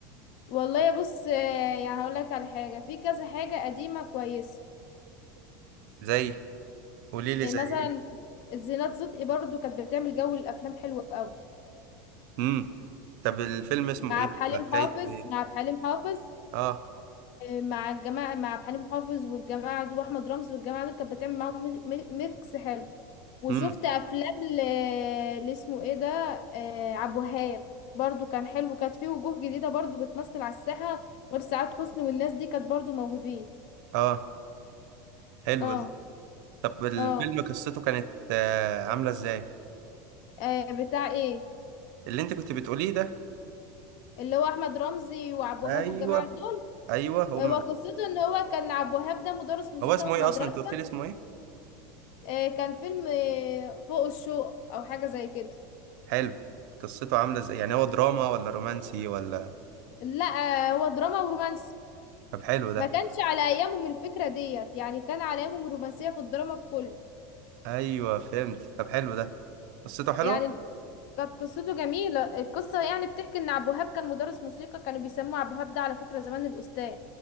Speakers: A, on the left; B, on the right.
A: والله يا بص آه، يعني هقول لك على حاجة في كذا حاجة قديمة كويسة
B: زي قولي لي
A: يعني
B: زي
A: مثلا
B: ايه
A: الزينات صدقي برضه كانت بتعمل جو الأفلام حلو قوي
B: امم طب الفيلم اسمه
A: مع
B: ايه
A: عبد الحليم
B: ولا حكايته
A: حافظ
B: ايه
A: مع عبد الحليم حافظ
B: اه
A: مع الجماعة مع عبد الحليم حافظ والجماعة دول وأحمد رمزي والجماعة دول كانت بتعمل معاهم مي- مي- ميكس حلو وشفت
B: امم
A: أفلام ل- اللي اسمه ايه ده آه، عبد الوهاب برضو كان حلو كانت فيه وجوه جديدة برضو بتمثل على الساحة غير سعاد حسني والناس دي كانت برضو موهوبين
B: اه حلو
A: اه
B: ده طب الفيلم
A: اه
B: قصته كانت آه عامله ازاي
A: آه، بتاع ايه
B: اللي انت كنت بتقوليه ده
A: اللي هو أحمد رمزي وعبد الوهاب
B: ايوه
A: والجماعة دول
B: ايوه هو
A: آه، وقصته ان هو كان عبد الوهاب ده مدرس موسيقى
B: هو اسمه
A: في
B: ايه
A: مدرسة
B: اصلا انت قلت لي اسمه ايه
A: آه، كان فيلم آه، فوق الشوق او حاجة زي كده
B: حلو قصته عاملة ازاي يعني هو دراما ولا رومانسي ولا
A: لا هو دراما ورومانس
B: طب حلو ده
A: ما كانش على ايامهم الفكرة ديت يعني كان على ايامهم الرومانسية في الدراما في كل
B: ايوه فهمت طب حلو ده قصته حلوة
A: يعني كانت قصته جميلة القصة يعني بتحكي ان عبد الوهاب كان مدرس موسيقى كانوا بيسموه عبد الوهاب ده على فكرة زمان الأستاذ